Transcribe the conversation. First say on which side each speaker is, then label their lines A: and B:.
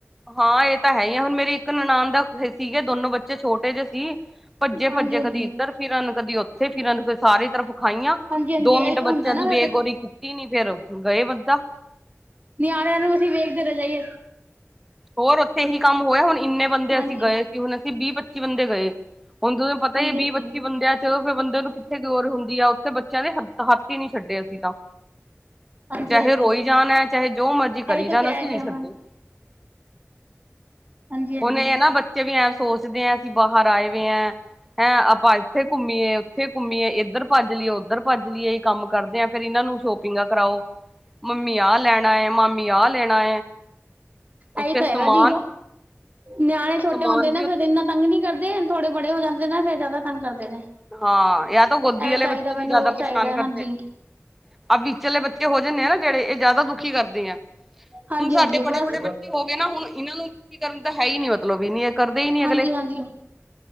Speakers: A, in the centre; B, on the right.
A: ਹਾਂ, ਇਹ ਤਾਂ ਹੈ ਹੀ ਆ ਹੁਣ ਮੇਰੇ ਇੱਕ ਨਨਾਾਨ ਦਾ ਸੀਗੇ ਦੋਨੋ ਬੱਚੇ ਛੋਟੇ ਜਿਹੇ ਸੀ। ਭੱਜੇ ਭੱਜੇ
B: ਹਾਂਜੀ ਹਾਂਜੀ
A: ਕਦੀ ਇੱਧਰ ਫਿਰਨ ਕਦੀ ਉੱਥੇ ਫਿਰਰਨ ਫਿਰ ਸਾਰੀ ਤਰਫ। ਖਾਈਆਂ
B: ਹਾਂਜੀ ਹਾਂਜੀ
A: ਦੋ
B: ਇਹੀ
A: ਮਿੰਟ
B: ਤਾਂ
A: ਬੱਚਿਆਂ
B: ਹੁੰਦਾ ਨਾ
A: ਦੀ
B: ਫਿਰ
A: ਬੇਗੋਰੀ ਕੀਤੀ ਨੀ ਫੇਰ ਗਏ ਵੱਧਾ।
B: ਨਿਆਰਿਆਂ ਨੂੰ ਅਸੀਂ ਵੇਖਦੇ ਰਹਿ ਜਾਈਏ
A: ਹੋਰ ਉੱਥੇ ਇਹੀ ਕੰਮ ਹੋਇਆ ਹੁਣ ਇੰਨੇ ਬੰਦੇ
B: ਹਾਂਜੀ
A: ਅਸੀਂ ਗਏ ਸੀ ਹੁਣ ਅਸੀਂ ਵੀਹ ਪੱਚੀ ਬੰਦੇ ਗਏ। ਹੁਣ ਤੁਹਨੂੰ ਪਤਾ
B: ਹਾਂਜੀ
A: ਹੀ ਹੈ ਵੀਹ
B: ਹਾਂਜੀ
A: ਪੱਚੀ ਬੰਦਿਆਂ। ਉਹ ਬੰਦੇ ਨੂੰ ਕਿੱਥੇ ਗੋਰ ਹੁੰਦੀ ਆ ਉੱਥੇ ਬੱਚਿਆਂ ਦੇ ਹ ਹੱਥ ਹੀ ਨਹੀਂ ਛੱਡੇ ਅਸੀਂ ਤਾਂ
B: ਹਾਂਜੀ
A: ਚਾਹੇ
B: ਹਾਂਜੀ
A: ਰੋਈ ਜਾਣ ਹੈ ਚਾਹੇ ਜੋ ਮਰਜੀੀ ਕਰੀ
B: ਇਹੀ ਤਾਂ
A: ਜਾਣ
B: ਕਹਿ
A: ਅਸੀਂ
B: ਰਹੀ
A: ਨ
B: ਹਾਂ
A: ਛੱਡੇ
B: ਮੈਂ ਹਾਂਜੀ ਹਾਂਜੀ
A: ਹੁਣ ਇਹ ਨਾ ਬੱਚੇ ਵੀ ਐਂ ਸੋਚਦੇ ਆ ਅਸੀਂ ਬਾਹਰ ਆਏ ਹੈਂ ਆਪਾਂ ਇੱਥੇ ਘੁੰਮੀਏ ਉੱਥੇ ਘੁੰਮੀਏ ਇੱਧਰ ਭੱਜ ਲਈਏ ਉੱਧਰ ਭੱਜ ਲਈਏ ਇਹ ਕੰਮ ਕਰਦੇ ਹਾਂ ਫੇਰ ਇਹਨਾਂ ਨੂੰ ਸ਼ੋਪ ਕਰਾਓ ਮੰਮੀ ਆਹ ਲੈਣਾ ਮਾਮੀ ਆਹ ਲੈਣਾ
B: ਇਹੀ
A: ਉੱਥੇ
B: ਤਾਂ
A: ਸਮਾਨ
B: ਹੈਗਾ ਜੀ ਨਿਆਣੇ ਛੋਟੇ
A: ਸਮਾਨ
B: ਹੁੰਦੇ ਨੇ
A: ਵੀ
B: ਫੇਿਰ ਇਹਨਾਂ ਤੰਗ ਨੀ ਕਰਦੇ ਥੋੜੇ ਬੜੇ ਹੋ ਜਾਂਦੇ ਨੇ ਫ਼ਿਰ ਜ਼ਿਆਦਾੰਗ ਕਰਦੇ ਨੇ
A: ਹਾਂ, ਜਾ ਤਾਂ ਗੋਦੀ
B: ਇਹ
A: ਵਾਲੇ
B: ਚਾਹੀਦਾ
A: ਬੱਚੇ
B: ਮੈਨੂੰ
A: ਨ ਜ਼ਿਆਦਾ
B: ਉਹ
A: ਪਰੇਸ਼ਾਨ
B: ਚਾਹੀਦਾ
A: ਕਰਦੇ।
B: ਹਾਂਜੀ
A: ਆ ਵਿਚਲੇ ਬੱਚੇ ਹੋ ਜਾਂਦੇ ਆ ਨਾ ਜਿਹੜੇ ਇਹ ਜ਼ਿਆਦਾ ਦੁਖੀ ਕਰਦੇ ਆ।
B: ਹਾਂਜੀ
A: ਹੁਣ ਸਾਡੇ
B: ਹਾਂਜੀ
A: ਬੜੇ
B: ਬਸ
A: ਬੜੇ ਬੱਚੇ ਹੋ ਗਏ ਨਾ ਹੁਣ ਇਹਨਾਂ ਨੂੰ ਕਰਨ ਤਾਂ ਹੈ ਹੀ ਨੀ ਮਤਲਬ ਵੀ ਨ ਕਰਦੇ ਹੀ ਨੀ ਅਗਲੇ
B: ਹਾਂਜੀ ਹਾਂਜੀ